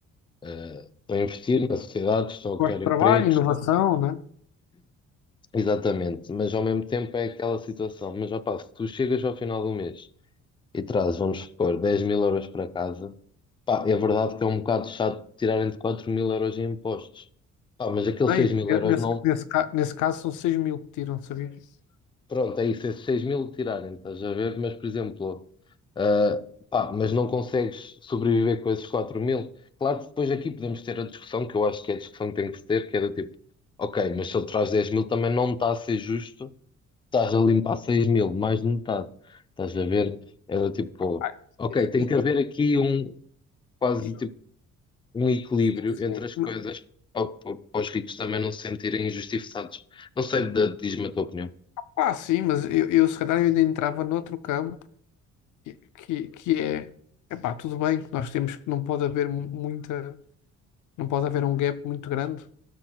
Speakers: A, on the left; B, on the left.
A: eh, estão a investir na sociedade, estão a
B: Gosto
A: criar
B: de
A: empregos,
B: trabalho, inovação,
A: estão-
B: né?
A: exatamente, mas ao mesmo tempo é aquela situação, mas opá, se tu chegas ao final do mês e trazes, vamos supor, dez mil euros para casa, pá, é verdade que é um bocado chato tirarem de quatro mil euros em impostos. Pá, mas aqueles
B: Bem,
A: seis mil euros
B: nesse,
A: não.
B: nesse, ca- nesse caso são seis mil que tiram, sabias?
A: Pronto, é isso, esses 6 mil tirarem, estás a ver? Mas, por exemplo, ah, pá, mas não consegues sobreviver com esses quatro mil. Claro que depois aqui podemos ter a discussão, que eu acho que é a discussão que tem que se ter, que é do tipo, ok, mas se ele traz dez mil também não está a ser justo, estás a limpar seis mil, mais de metade. Estás a ver? Era tipo,
B: Ah,
A: ok,
B: e-
A: tem que haver
B: e-
A: aqui um. quase
B: e-
A: tipo um equilíbrio
B: sim,
A: entre as coisas
B: sim.
A: para, para- para os ricos também não se sentirem injustiçados. Não sei, de- diz-me a tua opinião.
B: Ah, sim, mas eu, eu se calhar eu ainda entrava noutro campo que, que, que é, epá, tudo bem que nós temos que não pode haver muita, não pode haver um gap muito grande.